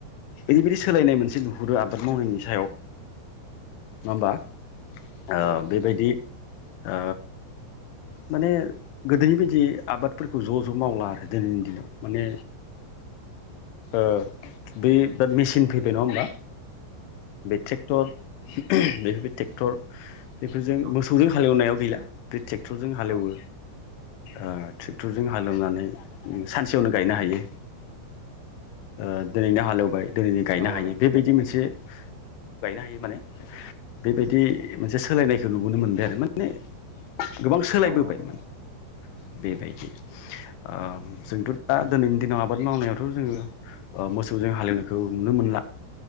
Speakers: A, on the left (about 80°); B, on the right (about 90°).
A: ओरैबायदि सोलायनाय मोनसे नुहुरो आबाद मावनायनि सायाव नङा होमबा? ओ
B: औ
A: बेबायदि ओ माने गोदोनि बायदि आबादफोरखौ ज ज मावला आरो दिनैनि दिनाव माने ओ बे दा मेचिन फैबाय नङा होमबा? बे ट्रेक्टर बे ट्रेक्टर बेफोरजों
B: औ
A: मोसौजों हालेवनायाव गैला बे ट्रेक्टरजों हालेवो
B: औ
A: ओ ट्रेक्टरजों हालौनानै सानसेयावनो गायनो हायो ओ दिनैनो हालौबाय दिनैनो गायनो
B: औ
A: हायो
B: आदा
A: बेबायदि मोनसे गायनो हायो माने बेबायदि मोनसे सोलायनायखौ नुबोनो मोनबाय आरो माने गोबां सोलायबोबाय
B: औ औ आदा
A: माने बेबायदि ओ जोंथ' दा दोनैनि दिनाव आबाद मावनायावथ' जोङो ओ मोसौजों हालेवनायखौ नुनो मोनला।